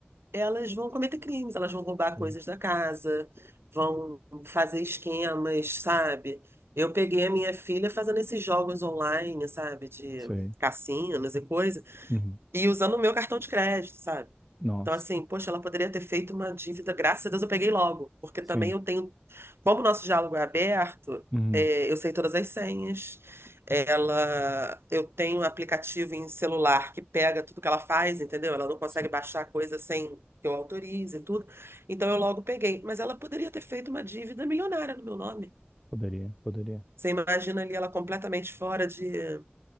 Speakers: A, on the right; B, in the centre.
A: elas vão cometer crimes, elas vão roubar
B: Sim,
A: coisas da casa, vão fazer esquemas, sabe? Eu peguei a minha filha fazendo esses jogos online, sabe, de
B: sei.
A: cassinos e coisa,
B: Uhum.
A: e usando o meu cartão de crédito, sabe?
B: Nossa,
A: Então, assim, poxa, ela poderia ter feito uma dívida, graças a Deus eu peguei logo, porque
B: sim.
A: também eu tenho. Como o nosso diálogo é aberto,
B: Uhum.
A: é, eu sei todas as senhas, ela, eu tenho um aplicativo em celular que pega tudo que ela faz, entendeu? Ela não consegue
B: Sim.
A: baixar coisa sem que eu autorize e tudo. Então, eu logo peguei. Mas ela poderia ter feito uma dívida milionária no meu nome.
B: Poderia, poderia.
A: Você imagina ali ela completamente fora de,